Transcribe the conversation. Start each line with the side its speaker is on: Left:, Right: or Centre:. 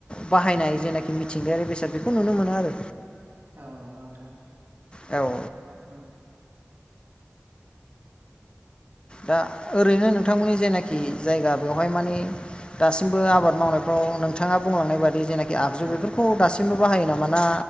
Left: बाहायनाय जेनाखि मिथिंगायारि बेसाद बेखौ नुनो मोनो आरो
Right: औ नंगौ नोंथां
Left: औ
Right: ओ
Left: दा ओरैनो नोंथांमोननि जेनाखि
Right: औ
Left: जायगा बेयाव बेहाय मानि दासिमबो आबाद मावनायफ्राव नोंथाङा बुंलांनाय बायदि जेनाखि आगजु
Right: औ
Left: बेफोरखौ दासिम बो बाहायो नामा? ना